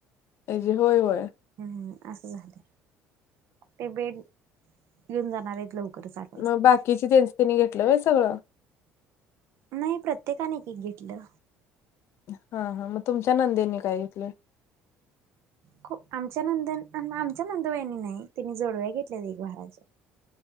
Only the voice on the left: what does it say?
अजे होय होय
मग बाकीचे त्यांनच त्यांनी घेतलं सगळं
हा हा मग तुमच्या नंदेनी काय घेतले